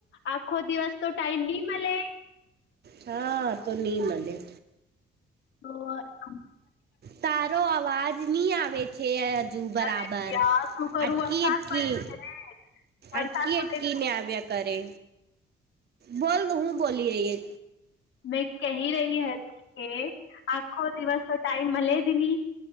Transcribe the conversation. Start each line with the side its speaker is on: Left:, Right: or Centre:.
Left: આખો દિવસ તો ટાઈમ નહી મળે?
Right: હા તો ની મનેે.
Left: તો <unintelligible>
Right: તારો અવાજ નહી આવે. છેજું બરાબર,
Left: અરે યાર શું કરું
Right: અટકી
Left: વરસાદ
Right: અટકી
Left: પડે છે વરસાદ
Right: અટકી
Left: પડે
Right: અટકી
Left: છે
Right: મેને આવ્યા કરે, બોલ હું બોલી રહી
Left: મેં કહી રહી હતી કે, આખો દિવસ તો ટાઈમ મળે જ નની.